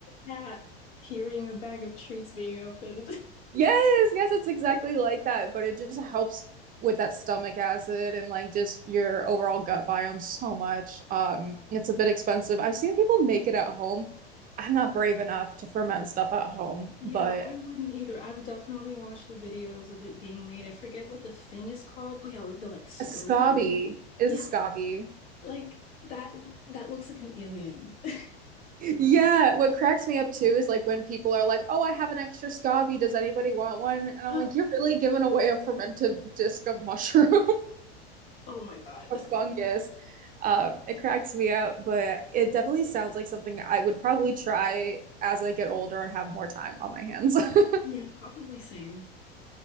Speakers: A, on the left; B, on the right.
A: cat hearing a bag of treats being opened. <laughs>
B: Yes, yes, it's exactly like that, but it just helps with that stomach acid and like just your overall gut biome so much. Um, it's a bit expensive. I've seen people make it at home. I'm not brave enough to ferment stuff at home,
A: Yeah,
B: but
A: I wouldn't either. I've definitely watched the videos of it being made. I forget what the thing is called. Oh yeah, the like SCOBY.
B: a scabi is
A: Yeah,
B: a scabi.
A: like that that looks like an alien. <laughs>
B: Yeah, what cracks me up too is like when people are like, "Oh, I have an extra scabi. Does anybody want one?" And I'm
A: Uh,
B: like, "You're really giving away a fermented disc of mushroom."
A: oh my God.
B: a fungus. Um, it cracks me up, but it definitely sounds like something I would probably try as I get older and have more time on my hands. <laughs>
A: Yeah, probably same.